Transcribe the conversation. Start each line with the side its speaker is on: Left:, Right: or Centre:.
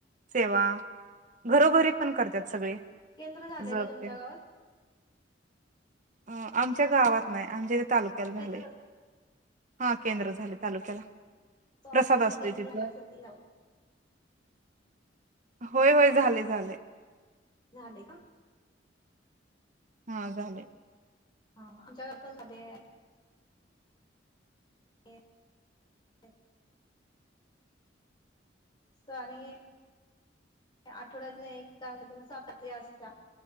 Right: सेवा घरोघरी पण करतात सगळे.
Left: केंद्र झालय
Right: जप
Left: का तुमच्या
Right: ते
Left: गावात.
Right: आमच्या गावात नाही. आमच्या तालुक्याला झालय.
Left: केंद्र
Right: हा केंद्र झाले तालुक्याला.
Left: स्वामींच
Right: प्रसाद असतोय
Left: केंद्र
Right: तिथं
Left: झाल्यासारथी याव.
Right: होय होय झालय झालय.
Left: झालंय का.
Right: हा झालय.
Left: हा हा, आमच्या गावात पण झालय. ते. <unintelligible> आठवड्यात एक <unintelligible> आरती असत्या.